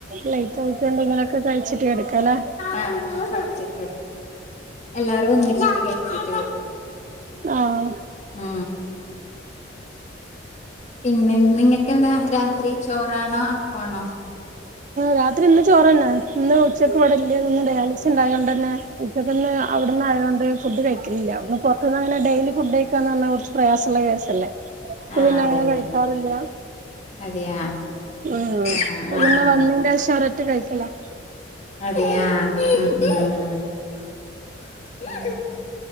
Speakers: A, on the right; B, on the left.
A: ലൈറ്റ് ആയിട്ട് എന്തേലൊക്കെ കഴിച്ചിട്ട് കെടക്കലേ
B: ആഹ് കഴിച്ചിട്ട് എല്ലാരും ഒന്നിച്ചിട്ട് കഴിച്ചിട്ട്
A: ആഹ്
B: ഉം പിന്നെ നിങ്ങക്കെന്താ രാത്രി ചോറാണോ അപ്പാണോ
A: രാത്രി ഇന്ന് ചോറ്ന്നെ ഇന്ന് ഉച്ചയ്ക്ക് ഇവ്ടെല്ല്യന്ന് ഡയാലിസ് ഇണ്ടായോണ്ടെന്നെ ഇന്ന് അവിടന്ന് ആയോണ്ട് ഫുഡ് കഴിക്കലില്ല പുറത്തുന്ന് അങ്ങനെ ഡയിലി ഫുഡ് കഴിക്കാന്ന് പറഞ്ഞ കുറച്ച് പ്രയാസള്ള കേസല്ലേ അപ്പൊ
B: ആഹ്
A: പിന്നെ
B: അതെ
A: അങ്ങനെ
B: അതെ
A: കഴിക്കാറില്ല
B: അതെയാ
A: ഉം അപ്പൊ
B: ആഹ് ആഹ്
A: പിന്നെ വന്നിന്റേശം ഒരറ്റ കഴിക്കലാ
B: അതെയാ ഉം ഉം ഉം ഉം